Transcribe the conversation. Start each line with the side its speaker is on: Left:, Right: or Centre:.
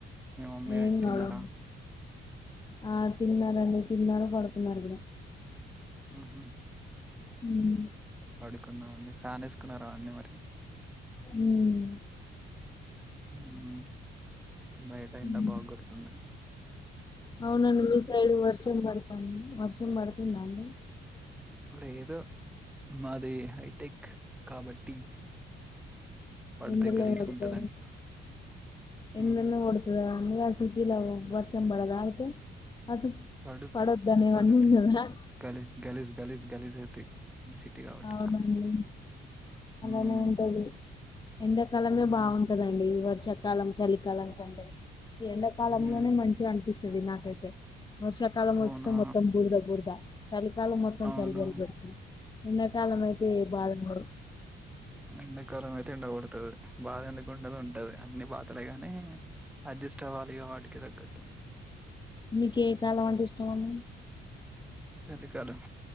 Centre: మీ మమ్మీ
Left: ఏం
Centre: తిన్నారా.
Left: కాదండి ఆ తిన్నారండి తిన్నారు పడుకున్నారు కూడా
Centre: ఉహు
Left: హ్మ్
Centre: పడుకుందాం అండి ఫ్యాన్ వేసుకున్నారా అండి మరి.
Left: హ్మ్
Centre: హ్మ్ బయట
Left: హ్మ్
Centre: ఎండా బాగు కొడుతాందండి.
Left: అవునండి మీసైడ్ వర్షం పడుతాంది వర్షం పడుతుందాండి.
Centre: లేదు మాది హైటెక్ కాబట్టి. పడితే
Left: ఎండలే
Centre: గలీజుగా
Left: కొడుతో
Centre: ఉంటదండి
Left: ఎండ
Centre: ఉమ్
Left: నే కొడతదా ఆ సిటీలా వర్షం బడదా అయితే. అటు
Centre: పడుద్ది
Left: పడొద్దని ఏమన్నా
Centre: పడుద్ది
Left: ఉన్నదా
Centre: గలి గలిస్ గలిస్ గలిస్ గయ్తయ్ సిటీ కాబట్
Left: అవునండి
Centre: హ్మ్
Left: అలానే ఉంటది ఎండాకాలమే
Centre: హ్మ్
Left: బాగుంటదండి వర్షాకాలం చలికాలం కంటే. ఎండాకాలంలోనే
Centre: హ్మ్
Left: మంచిగా అనిపిస్తది నాకైతే. వర్షాకాలం
Centre: అవునా
Left: వస్తే మొత్తం బురదా బురదా చలికాలం మొత్తం
Centre: అవును
Left: చలి చలి పెడుతద్ కాలం అయితే బాదుండదు
Centre: ఎండకాలం అయితే ఎండకొడతది బాధ ఎందుకుంటది ఉంటది అన్ని బాతలే గాని అ అడ్జస్ట్వాలిగా వాటికి తగ్గట్టు
Left: మీకే కాలం అంటే ఇష్టమండి.
Centre: చలి కాలం